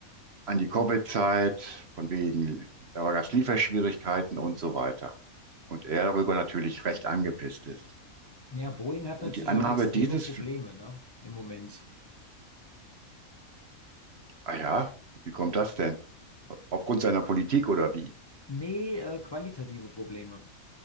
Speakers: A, on the right; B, on the left.
A: an die Covid-Zeit, von wegen, da gab es Lieferschwierigkeiten und so weiter. Und er darüber natürlich recht angepisst ist.
B: Ja, Boeing hat
A: Und
B: natürlich
A: die Annahme
B: auch extreme
A: dieses,
B: Probleme,
A: Fl-
B: ne? Im Moment.
A: ah ja, wie kommt das denn? Aufgrund seiner Politik oder wie?
B: Nee, äh, qualitative Probleme.